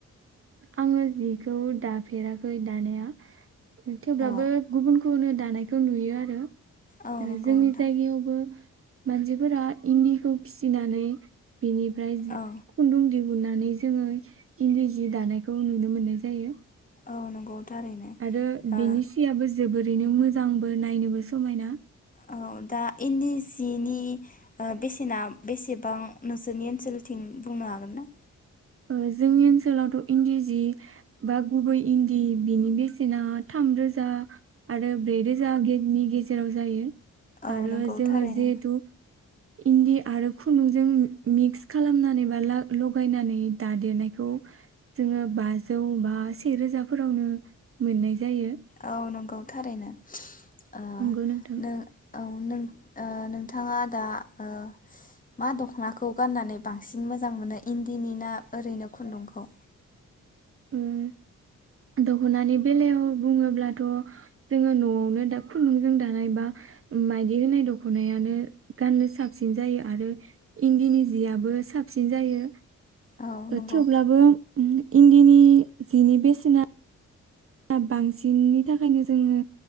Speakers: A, on the right (about 45°); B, on the left (about 25°).
A: आंङो जिखौ दाफेराखै दानाया थेवब्लाबो
B: औ
A: गुबुन खौनो दानायखौ नुयो आरो।
B: औ
A: ओ
B: नंगौ
A: जोंनि
B: नोंथां
A: जायगायावबो मानसिफोरा इन्दिखौ फिसिनानै बेनिफ्राय जि
B: औ
A: खुन्दुं दिहुनना नानै जोंङो इन्दि जि दानायखौ नुनो मोननाय जायो।
B: औ नंगौ थारैनो
A: आरो
B: ओ
A: बिनि सियाबो जोबोर बेनो मोजांबो नायनोबो समायना
B: औ दा इन्दि जिनि ओ बेसेना बेसेबां नोंसोरनि ओनसोलथिं बुंनो हागोन ना।
A: ओ जोंनि ओनसोलावथ इन्दि जि बा गुबै इन्दि बिनि बेसेना थामरोजा आरो ब्रैरोजानि गेजेराव जायो।
B: औ
A: आरो
B: नंगौ
A: जोंङो
B: थारैनो
A: जिहेथु इन्दि आरो खन्दुंजों मिक्स खालामनानै बा लाख लगायनानै दादेरनायखौ जोंङो बाजौ बा सेे रोजाफोरावनो मोननाय जायो
B: औ नंगौ थारैनो ओ
A: नंगौ नोंथां।
B: नों औ नों ओ नोंथाङा दा ओ मा दखनाखौ गाननानै बांसिन मोजां मोनो इन्दिनि ना ओरैनो खुन्दुंखौ
A: ओम दखनानि बेलायाव बुंङोब्लाथ जोंङो नआवनो दा खुन्दुंजों दानाय बा माइदि होनाय दखनायानो गाननो साबसिन जायो आरो इन्दिनि जियाबबो साबसिन जायो।
B: औ
A: ओ
B: नंगौ
A: थेवब्लाबो अम इन्दि नि जिनि बेसेना दामाबो बांसिननि थाखायनो जोंङो